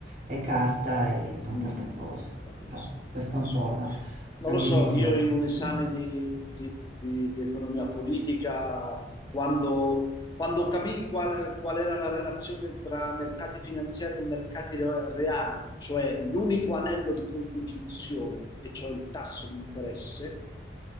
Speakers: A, on the right; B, on the left.
A: e carta e tante
B: Mm.
A: altre cose.
B: Capisco,
A: Cioè, questa
B: capisco.
A: è un po' la,
B: Non
A: la mia
B: lo so,
A: visione.
B: io in un esame
A: Mm,
B: di, di- di economia politica, quando, quando capii qual, qual era la relazione tra mercati finanziari e mercati re- reali, cioè l'unico anello di congiunzione, e cioè il tasso di interesse,